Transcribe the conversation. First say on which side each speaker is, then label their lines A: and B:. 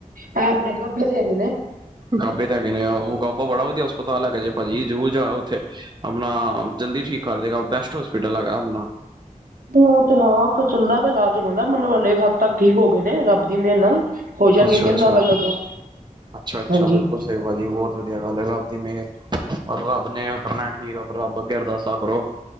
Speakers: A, on the right; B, on the right.
A: ਐ ਆਪਣੇ ਗਾਬੇ ਦੇ ਹੈਗੇ ਨੇ।
B: ਗਾਬੇ ਦੇ ਹੈਗੇ ਨੇ ਓ ਗਾਬਾ ਬੜਾ ਵਧੀਆ ਹਸਪਤਾਲ ਹੈਗਾ ਜੇ ਭਾਜੀ ਜ਼ਰੂਰ ਜਾਨਾ ਉੱਥੇ ਆਪਣਾ ਜਲਦੀ ਠੀਕ ਕਰ ਦੇਗਾ ਬੈਸਟ ਹੋਸਪਿਟਲ ਹੈਗਾ ਆਪਣਾ
A: ਓ ਤੇ ਹਾਂ ਚਲੱਦਾ ਇਲਾਜ ਉਨਾਂ ਦਾ ਮਤਲਬ ਹਲੇ ਤਕ ਹੱਦ ਤੱਕ ਠੀਕ ਹੋ ਗਏ ਨੇ ਰੱਬ ਦੀ ਮੇਹਰ ਨਾਲ ਹੋ ਜਾਣਗੇ
B: ਅੱਛਾ
A: ਕੈਂਦਾ
B: ਅੱਛਾ
A: ਪਿਆ ਗਾਬਾ
B: ਅੱਛਾ ਅੱਛਾ
A: ਹਾਂਜੀ।
B: ਬਿਲਕੁਲ ਸਹੀ ਭਾਜੀ ਬੋਤ ਵਧੀਆ ਗੱਲ ਏ ਰੱਬ ਦੀ ਮੇਹਰ ਪਰ ਰੱਬ ਨੇ ਕਰਨਾ ਠੀਕ ਐ ਰੱਬ ਅੱਗੇ ਅਰਦਾਸਾਂ ਕਰੋ।